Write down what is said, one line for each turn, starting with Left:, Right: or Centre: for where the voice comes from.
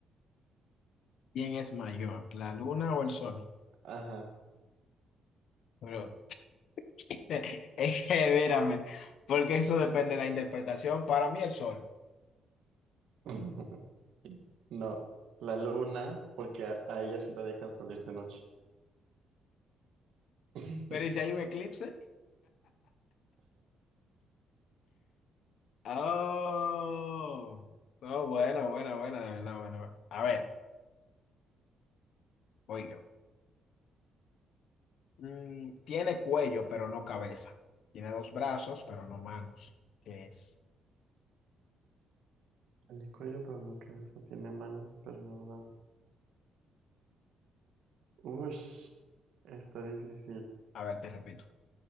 Left: ¿quién es mayor, la luna o el sol?
Right: Ajá.
Left: Pero <laughs> es que, vérame, porque eso depende de la interpretación. Para mí, el sol.
Right: <laughs> No, la luna, porque a, a ella sí la dejan salir de noche. <laughs>
Left: Pero ¿y si hay un eclipse? Oh, no, buena, buena, buena, de verdad, buena. buena. A ver, voy yo. Mm, tiene cuello, pero no cabeza. Tiene dos brazos, pero no manos. ¿Qué es?
Right: El cuello, pero no cabeza, tiene manos, pero no brazos. Ush, está difícil.
Left: A ver, te repito.